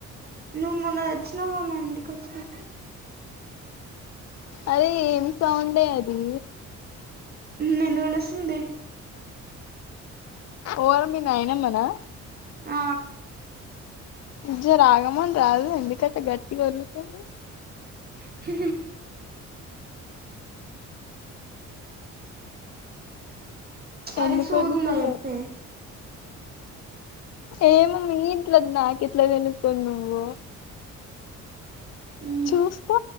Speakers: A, on the right (about 30°); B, on the left (about 60°).
A: నువ్వు మొన్న వచ్చినావవా మా ఇంటికి వచ్చిన
B: అదే ఏం సౌండే అది
A: నిను పిలుస్తుంది
B: ఓరు మి నాయనమ్మ నా
A: ఆ
B: జర ఆగమనరాదు ఎందుకంట అట్ట గట్టిగా ఒర్లుతుంది
A: హ అరె
B: ఎందుకు
A: సూరున్నా
B: ఒర్లుతుంది
A: ఎప్పే
B: ఏమో మీ ఇంట్లది నాకు ఇట్ల తెలుస్తుంది నువ్వు
A: ఉ
B: చూస్త